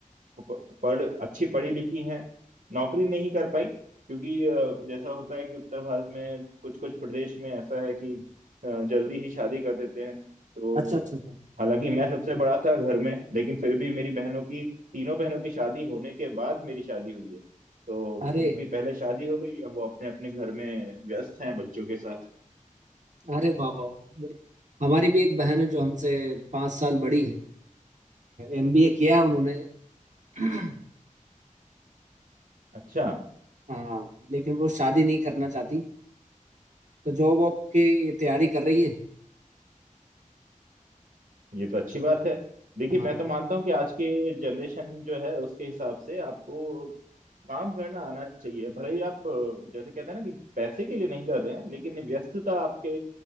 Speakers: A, on the right; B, on the right.
A: प- पढ़ अच्छी पढ़ी लिखी हैं नौकरी नहीं कर पाई क्योंकि अ, जैसा होता है कि उत्तर भारत में कुछ कुछ प्रदेश में ऐसा है कि अ, जल्दी ही शादी कर देते हैं तो
B: अच्छा अच्छा अच्छा
A: हालांकि मैं सबसे बड़ा था घर में लेकिन फिर भी मेरी बहनों की तीनों बहनों की शादी होने के बाद मेरी शादी हुई है तो
B: अरे
A: उनकी पहले शादी हो गई अब वो अपने अपने घर में व्यस्त हैं बच्चों के साथ
B: अरे वाह वाह वाह बड़ी- हमारी भी एक बहन है जो हमसे पांच साल बड़ी है एमबीए किया है उन्होंने <clears throat>
A: अच्छा
B: हाँ लेकिन वो शादी नहीं करना चाहती तो जॉब वॉब की तैयारी कर रही है
A: ये तो अच्छी बात है देखिए
B: हाँ
A: मैं तो मानता हूँ कि आज की जनरेशन जो है उसके हिसाब से आपको काम करना आना चाहिए भले ही आप अ, जैसे कहते हैं ना कि पैसे के लिए नहीं कर रहे हैं लेकिन व्यस्तता आपके